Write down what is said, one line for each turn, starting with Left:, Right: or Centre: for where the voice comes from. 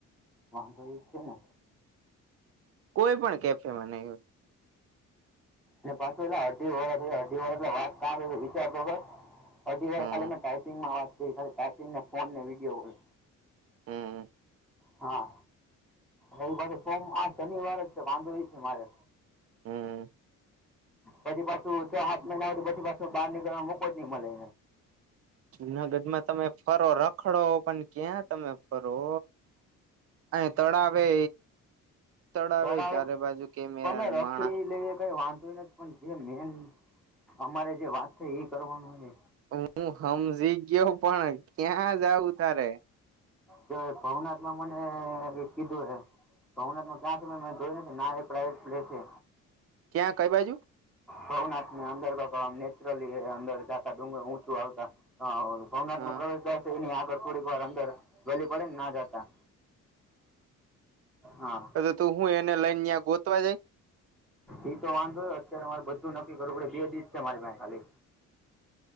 Centre: વાંધો ઈ જ છે ને?
Right: કોઈ પણ કેફેમાં નહી હોય.
Centre: ને પાછું ઓલા અઢી વરષ અઢી વરષ એટલે વાત વિચારતો કર. અઢી વાર
Right: હમ
Centre: ખાલી મેં ટાઈપિંગમાં વાત કરી ખાલી ટાઇપિંગને ફોન ને વિડીયો કોલ.
Right: હમ્મ.
Centre: હા, રયવરે સોમ આ શનિવાર જ છે વાંધો એ છે મારે.
Right: હમ્મ.
Centre: પછી પાછુ છ સાત મહિના પછી પાછું બહાર નીકળવા મોકો જ નહી મલે.
Right: જુનાગઢમાં તમે ફરો રખડો પણ ક્યાં તમે ફરો? અને તળાવે તળાવે
Centre: તડાવ,
Right: ચારે બાજુ કેમેરા
Centre: તમે રખડી
Right: માણા
Centre: લઈ કઈ વાંધો નથી. પણ જે મેન અમારે જે વાત થઈ એ કરવાનું એ.
Right: હું હમજી ગયો પણ ક્યાં જાઉં તારે?
Centre: તો ભવનાથ માં મને કીધું એ. ભવનાથમાં ક્યાં છે મે જોય નથી ના એ પ્રાઇવેટ પ્લેસ છે.
Right: ક્યાં કઈ બાજુ?
Centre: ભવનાથ ની અંદર <unintelligible> નેચરલી અંદર જતા ડુંગર ઊંચું આવતા <unintelligible> ભવનાથ
Right: હા
Centre: નો પ્રવેશ દ્વાર છે એની આગળ થોડીક વાર અંદર ગલી પડીને ના જતા. હા
Right: એટલે તું હું એને લઈને ત્યાં ગોતવા જઇ?
Centre: ઈ તો વાંધો નહીં, અત્યારે મારે બધું નક્કી કરવું પડે બે દિ જ છે મારી પાહે ખાલી.